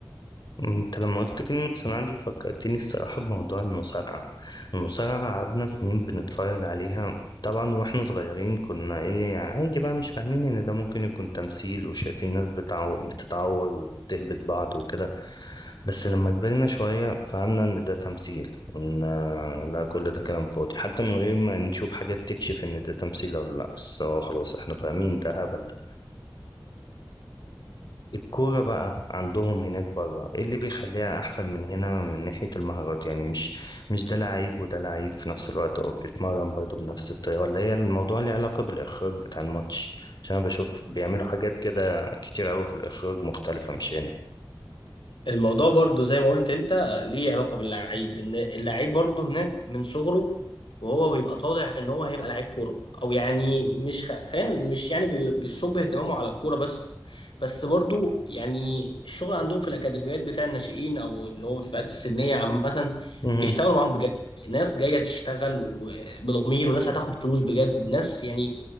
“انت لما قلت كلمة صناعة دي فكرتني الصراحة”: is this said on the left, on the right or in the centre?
Left